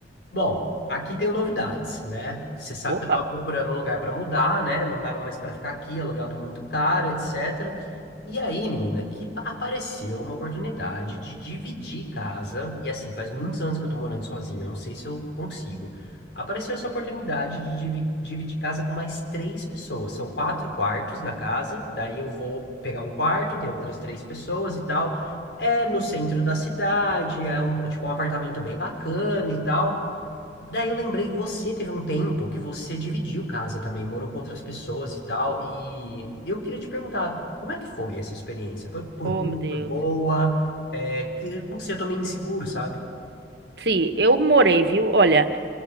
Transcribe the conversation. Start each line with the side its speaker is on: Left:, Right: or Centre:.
Left: Bom, aqui tenho novidades, né? Você sabe
Right: Opa!
Left: que eu tava procurando um lugar para mudar, né? Não dava mais para ficar aqui, o aluguel tá muito caro, etc. E aí, menina, que pa- apareceu uma oportunidade de dividir casa, e assim, faz muitos anos que eu tô morando sozinho, eu não sei se eu consigo. Apareceu essa oportunidade de divi- dividir casa com mais três pessoas. São quatro quartos na casa, daí eu vou pegar um quarto, tem outras três pessoas e tal. É no centro da cidade, é um, tipo, um apartamento bem bacana e tal. Daí eu lembrei que você teve um tempo que você dividiu casa também, morou com outras pessoas e tal. E eu queria te perguntar, como é que foi essa experiência? Foi, foi
Right: Oh,
Left: ruim,
Right: meu Deus.
Left: foi boa? É, que- não sei, eu tô meio inseguro, sabe?
Right: Sim, eu morei, viu? Olha,